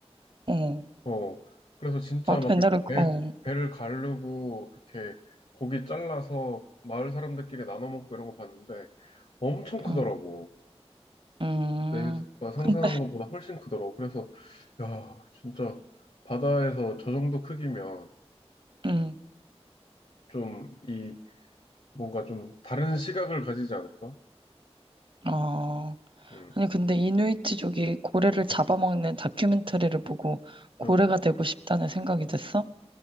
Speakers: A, on the right; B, on the left.
A: 어.
B: 어, 그래서 진짜
A: 나도
B: 막
A: 옛날에
B: 이렇게
A: 그- 어.
B: 배, 배를 가르고 이렇게 고기 잘라서 마을 사람들끼리 나눠 먹고 이런 거 봤는데 엄청 크더라고.
A: 응. 음.
B: 내가 상상한
A: 근데
B: 것보다 훨씬 크더라고. 그래서 야, 진짜 바다에서 저 정도 크기면
A: 응.
B: 좀 이 뭔가 좀 다른 시각을 가지지 않을까?
A: 어.
B: 음.
A: 아니, 근데 이누이트족이 고래를 잡아먹는 다큐멘터리를 보고 고래가
B: 음.
A: 되고 싶다는 생각이 됐어?